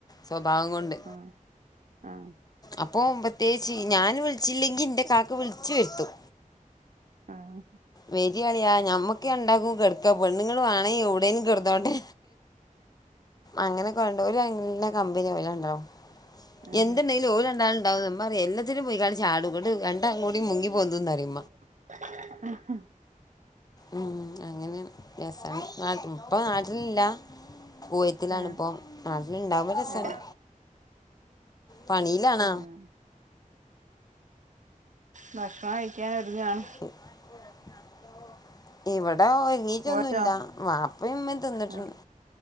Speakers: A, on the left; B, on the right.
A: സ്വഭാവം കൊണ്ട്
B: ആഹ് ആഹ്
A: അപ്പോം പ്രത്യേകിച്ച് ഞാന് വിളിച്ചില്ലെങ്കി ൻ്റെ കാക്ക വിളിച്ച് വരുത്തും
B: ആഹ്
A: വെരി അളിയാ ഞമ്മക്ക് രണ്ടാക്കും കെട്ക്കാ പെണ്ണുങ്ങള് വാണെങ്കി എവ്ടെങ്കിലും കെടന്നോട്ടെ അങ്ങനൊക്കെ ഒണ്ട് ഓര് നല്ല കമ്പനിയാ ഓര് രണ്ടാളും
B: ആഹ്
A: എന്ത്ണ്ടേലും ഓര് രണ്ടാളും ണ്ടാവും ഉമ്മ പറിം എല്ലാത്തിലും പോയിക്കാണ്ട് ചാടും ന്നിട്ട് രണ്ടാളുംകൂടെ മുങ്ങി പൊന്തുന്നറിം
B: <unintelligible>
A: ഉം അങ്ങനെ രസാണ് നാട്ട് ഇപ്പൊ നാട്ടിലില്ല കുവൈത്തിലാണിപ്പോ
B: ആഹ്
A: നാട്ടിലിണ്ടാവുമ്പോ രസാണ്
B: ആഹ്
A: പണിയിലാണാ
B: ആഹ് ആഹ് ഭക്ഷണം കഴിക്കാനൊര്ങ്ങാണ്
A: <unintelligible> ഇവടെ ഒരുങ്ങീട്ടൊന്നുല്ല
B: കഴിച്ചോ
A: വാപ്പീമ്മേം തിന്നിട്ടുണ്ട്
B: ആഹ്